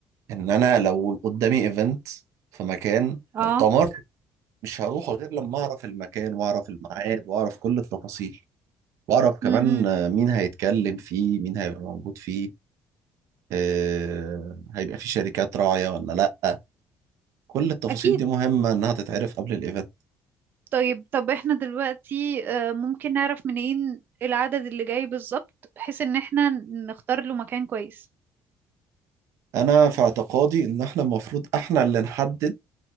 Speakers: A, on the right; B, on the right.
A: إن أنا لو قدامي إيفنت في مكان
B: اه
A: مؤتمر مش هروح غير لما أعرف المكان وأعرف الميعاد وأعرف كل التفاصيل وأعرف كمان
B: امم
A: آه، مين هيتكلم فيه مين هيبقى موجود فيه آه، هيبقى في شركات راعية ولا لأ كل التفاصيل
B: اكيد
A: دي مهمة إنها تتعرف قبل الإيفنت
B: طيب طب احنا دلوقتي آه، ممكن نعرف منين العدد اللي جاي بالظبط بحيث ان احنا نختار له مكان كويس
A: انا في اعتقادي ان احنا المفروض احنا اللي نحدد